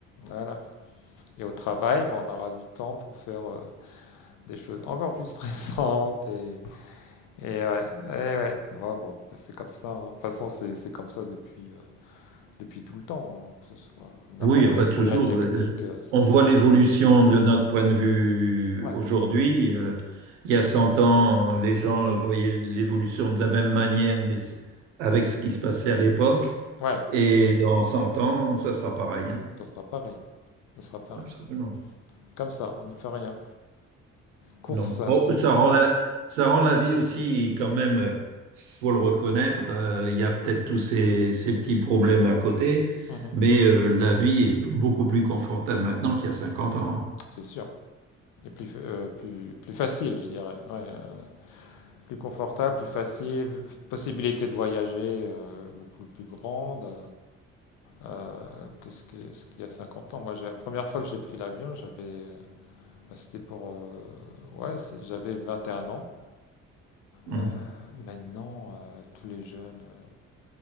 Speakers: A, on the left; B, on the right.
A: voilà. Et au travail, bah, on aura du temps pour faire euh, des choses encore plus <laughs> stressantes. Et, et ouais, et ouais. Bah, bon, ben, c'est comme ça. hein. De toute façon, c'est c'est comme ça depuis, euh, depuis tout le temps. hein. Que ce soit n'importe
B: Oui, ah
A: quel
B: bah toujours.
A: progrès technique,
B: le-
A: euh, c'est
B: On
A: ça.
B: voit l'évolution de notre point de vue
A: Ouais.
B: aujourd'hui. Euh, il y a 100 ans, les gens
A: Hmm.
B: voyaient l'évolution de la même manière, mais s- avec ce qui se passait à l'époque.
A: Ouais,
B: Et dans 100 ans, ça sera pareil, hein.
A: ça sera pareil. Ça sera pareil.
B: Absolument.
A: Comme ça, on n'y peut rien. Course,
B: Non. Bon,
A: c'est
B: ça
A: toujours
B: rend
A: la course.
B: la, ça rend la vie aussi quand même, euh, faut le reconnaître, euh, il y a peut-être tous ces, ces petits problèmes à côté,
A: Mhm.
B: mais euh, la vie est p- beaucoup plus confortable maintenant qu'il y a cinquante ans. hein.
A: C'est sûr. Et plus, fa- euh, plus, plus facile, je dirais. Ouais, euh, Plus confortable, plus facile, possibilité de voyager euh, beaucoup plus grande euh, que ce qu'il y a 50 ans. Moi, j'ai- la première fois que j'ai pris l'avion, j'avais, euh, bah, c'était pour, euh, ouais, c'est- j'avais 21 ans.
B: Mhm.
A: Euh, maintenant, euh, tous les jeunes euh,